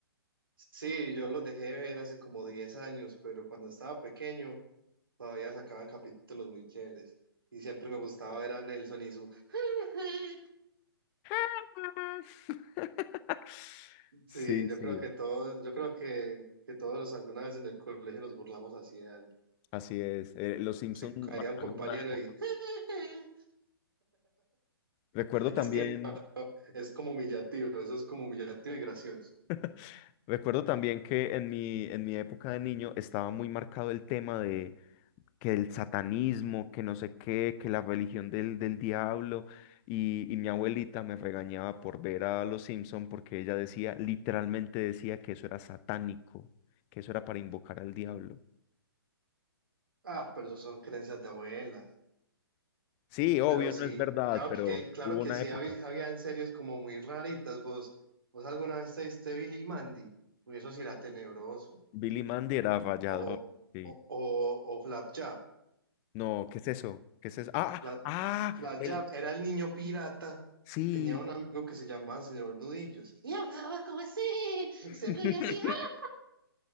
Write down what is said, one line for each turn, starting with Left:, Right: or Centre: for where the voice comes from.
Right: Sí, yo los dejé de ver hace como 10 años, pero cuando estaba pequeño todavía sacaban capítulos muy chéveres. Y siempre me gustaba ver a Nelson y su... <laughs>
Left: <laughs> Sí,
Right: Sí, yo
Left: sí,
Right: creo que todos, yo creo que, que todos alguna vez en el colegio nos burlamos así de alguien.
Left: así es. Eh, los Simpson
Right: Se caía
Left: marcaron
Right: un compañero
Left: una época.
Right: y <laughs>
Left: Recuerdo también,
Right: es que eso es como humillativo, eso es como humillativo y gracioso.
Left: <laughs> recuerdo también que en mi, en mi época de niño estaba muy marcado el tema de que el satanismo, que no sé qué, que la religión del, del diablo. Y, y mi abuelita me regañaba por ver a Los Simpson porque ella decía, literalmente decía que eso era satánico, que eso era para invocar al diablo.
Right: Ah, pero eso son creencias de abuelas.
Left: Sí, obvio,
Right: Pero sí,
Left: no es verdad,
Right: claro
Left: pero
Right: que, claro
Left: hubo
Right: que
Left: una
Right: sí,
Left: época.
Right: había, habían series como muy raritas. Vos, vos alguna vez te diste Billy y Mandy, uy, eso sí era tenebroso.
Left: Billy Mandy era rayador,
Right: O,
Left: sí.
Right: o, o, o Flapjack.
Left: No, ¿qué es eso? ¿Qué es eso? Ah,
Right: Fla-
Left: ah,
Right: Flash
Left: el...
Right: Jab era el niño pirata
Left: Sí.
Right: que tenía un amigo que se llamaba Señor Nudillos. Y hablaba como así, y se
Left: <laughs>
Right: reía así. ¡ah!